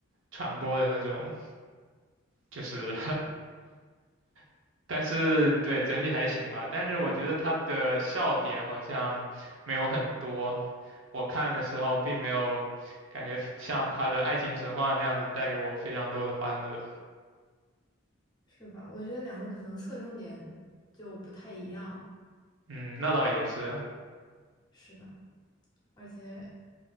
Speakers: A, on the right; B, on the left.
A: 传播的那种。就是 <laughs> 但是对整体还行吧，但是我觉得他的笑点好像没有很多，我看的时候并没有感觉像他的爱情神话那样子带给我非常多的欢乐。
B: 是吧？我觉得两个可能侧重点就不太一样，
A: 嗯，那倒也是，
B: 是吧？而且，